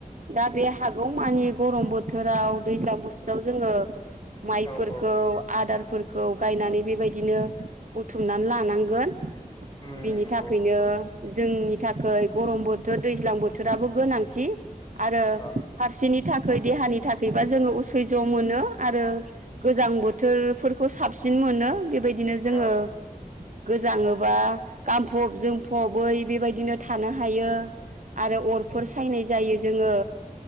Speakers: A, on the right; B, on the left.
A: दा बे हागौ मानि गरम बोथोराव दैज्लां बोथोराव जोङो माइफोरखौ
B: औ औ
A: आदार फोरखौ गायनानै बेबायदिनो बुथुमनानै लानांगोन
B: उम
A: बिनि
B: नंगौ
A: थाखैनो
B: नंगौ
A: जोंनि थाखै गरम बोथोर दैज्लां बोथोराबो गोनांथि। आरो
B: औ
A: फारसेनि थाखै देहानि थाखैबा जोङो उसैज मोनो आरो गोजां बोथोरफोरखौ साब सिन मोनो बेबायदिनो जोङो
B: औ
A: गोजाङोबा गानफब जोमफबै बेबायदिनो थानो हायो। आरो अरफोर
B: औ
A: सायनाय जायो जोङो